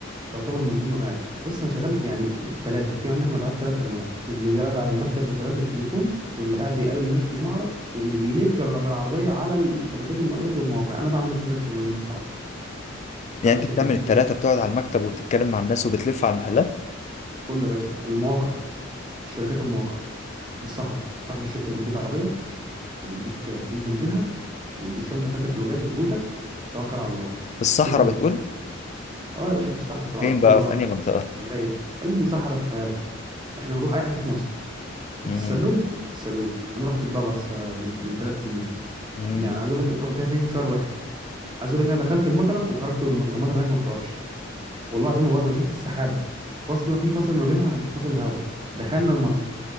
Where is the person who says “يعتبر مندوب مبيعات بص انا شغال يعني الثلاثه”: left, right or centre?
Right